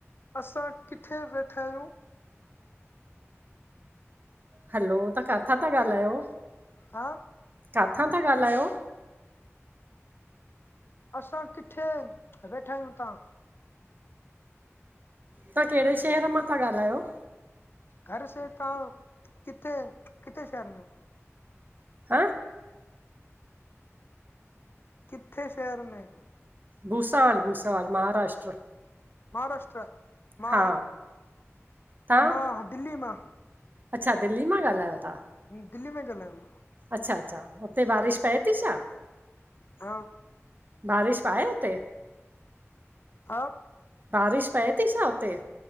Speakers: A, on the left (about 50°); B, on the right (about 40°).
A: असां किथे वेठायूं?
B: हलो! तां काथां ता ॻाल्हायो?
A: हा
B: काथां ता ॻाल्हायो?
A: असां किथे, वेठायूं तां?
B: तहां केड़े शहर मां ता ॻाल्हायो?
A: घर से तहां, किथे किथे शहर में?
B: हां
A: किथे शहर में?
B: भूसावल, भूसावल महाराष्ट्र।
A: महाराष्ट्र, मां
B: हा तव्हां
A: मां दिल्लीअ मां।
B: अच्छा, दिल्ली मां ॻाल्हायो ता।
A: हूं, दिल्ली में ॻल्हायूं।
B: अच्छा- अच्छा, उते बारिश पए थी छा?
A: हा
B: बारिश ब आए हुते?
A: हा
B: बारिश पए ती छा हुते?